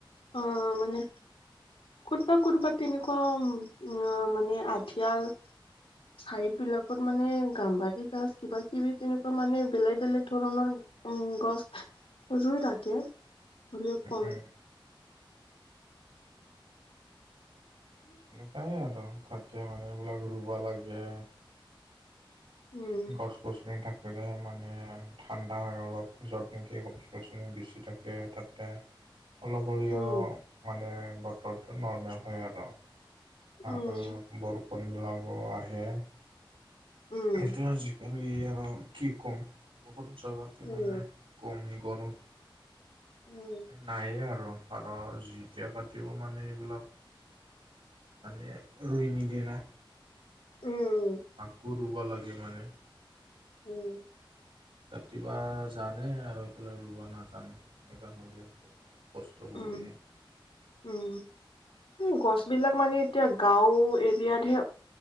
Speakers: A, on the left; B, on the right.
A: অ মানে কোতবা কোতবা তেনেকুৱা উম মানে আঠিয়াল চাইড বিলাকত মানে গাম্বাৰী গছ কিবা কিবি তেনেকুৱা মানে বেলেগ বেলেগ ধৰণৰ উম গছ ৰুই থাকে, হ'লেও কম।
B: উম এনেকাই আৰু থাকে মানে এইবিলাক ৰুব লাগে।
A: উম
B: <inaudible> গছ-গছনি থাকিলেহে মানে ঠাণ্ডা হয় অলপ য'ত নেকি গছ-গছনি বেছি থাকে তাতে অলপ হ'লেও
A: উম
B: মানে বতৰটো নৰ্মেল হয় আৰু।
A: উম
B: আৰু বৰষুণবিলাকো আহে।
A: উম
B: সেইটো আজিকালি আৰু কি ক'ম বহুত জেগাতে
A: উম
B: মানে। কমি গ'ল,
A: উম
B: নায়েই আৰু। আৰু যেতিয়া কাটিব মানে এইবিলাক মানে ৰুইনি নিদিয়ে না।
A: উম।
B: আকৌ ৰুব লাগে মানে।
A: উম।
B: কাটিৱা জানে আৰু এইফালে ৰুবা নাজানে সেইকাৰণেটো আৰু কষ্ট হ'বই
A: উম, উম, উ গছ বিলাক মানে এতিয়া গাঁও এৰিয়াতহে